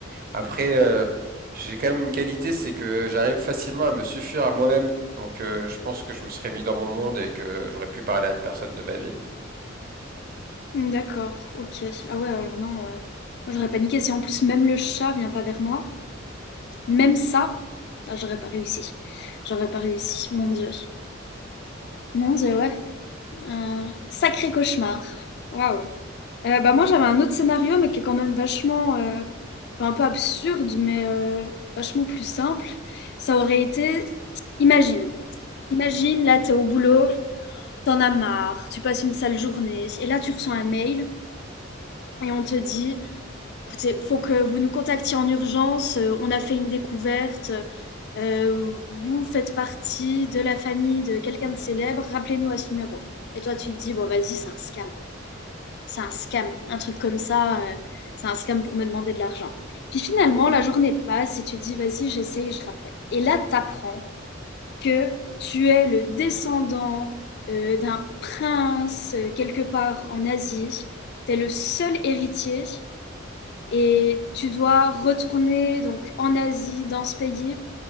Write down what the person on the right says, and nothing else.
Après, euh, j'ai quand même une qualité, c'est que j'arrive facilement à me suffire à moi-même. Donc euh, je pense que je me serais mis dans mon monde et que j'aurais pu parler à personne de ma vie.